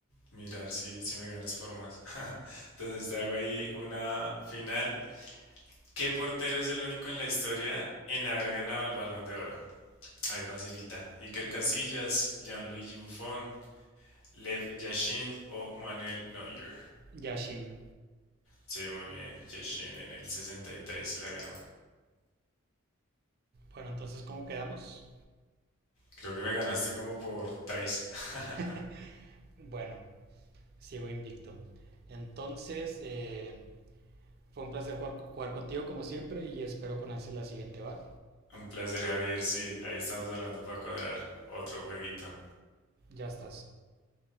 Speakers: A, on the left; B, on the right.
A: mirar si, si me ganas por más. <laughs> Entonces te hago ahí una final. ¿Qué portero es el único en la historia en haber ganado el Balón de Oro? Ahí facilita. Iker Casillas, Gianluigi Buffon, Lev Yashin o Manuel Neuer.
B: Yashin.
A: Sí, muy bien. Yashin en el 63 se la ganó.
B: Bueno, entonces, ¿cómo quedamos?
A: Creo que me ganaste como por tres. <laughs>
B: <laughs> bueno, sigo invicto. Entonces, eh, fue un placer jugar, jugar contigo como siempre y espero con ansias la siguiente, ¿va?
A: Un placer, Javier. Sí, ahí estamos hablando para cuadrar otro jueguito.
B: Ya estás.